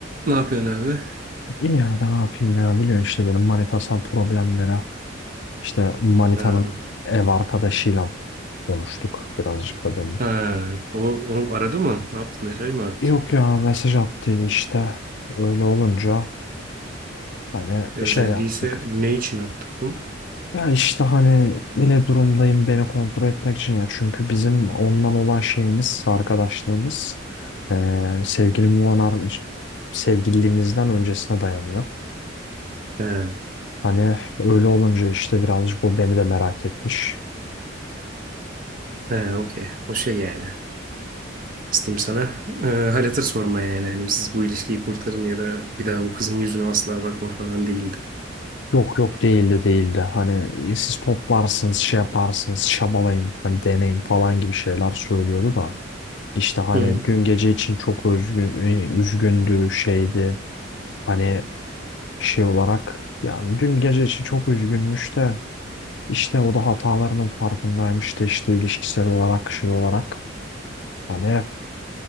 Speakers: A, on the right; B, on the left.
A: Ne yapıyorsun abi?
B: İyi ya ben ne yapayım ya biliyorsun işte benim manitasal problemlere işte manitanın
A: Ha,
B: ev arkadaşıyla konuştuk birazcık da dedim.
A: ha. O, o aradı mı? Ne yaptı? Mesaj mı attı?
B: Yok ya mesaj attın işte öyle olunca hani
A: E, Özelliği
B: şey yaptık.
A: ise ne için attı bu?
B: Ya işte hani ne durumdayım beni kontrol etmek için ya çünkü bizim ondan olan şeyimiz arkadaşlığımız eee sevgili Muanar sevgililiğimizden öncesine dayanıyor.
A: Ha.
B: Hani öyle olunca işte birazcık o beni de merak etmiş.
A: Ha, okey. O şey yani. Nasıl diyeyim sana? Ee, hal hatır sorma yani. Hani siz bu ilişkiyi kurtarın ya da bir daha bu kızın yüzüne asla bakma falan değildi.
B: Yok yok değildi değildi. Hani e, siz toplarsınız şey yaparsınız şabalayın hani deneyin falan gibi şeyler söylüyordu da. İşte hani
A: Hı hı.
B: dün gece için çok üzgün, e, üzgündü şeydi. Hani şey olarak yani dün gece için çok üzgünmüş de işte o da hatalarının farkındaymış da işte ilişkisel olarak şey olarak. Hani